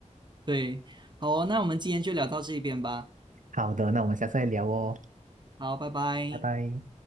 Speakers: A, on the right (about 35°); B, on the right (about 80°).
A: 对，好哦那我们今天就聊到这边吧。
B: 好的，那我们下次再聊哦，
A: 好，拜拜。
B: 拜拜。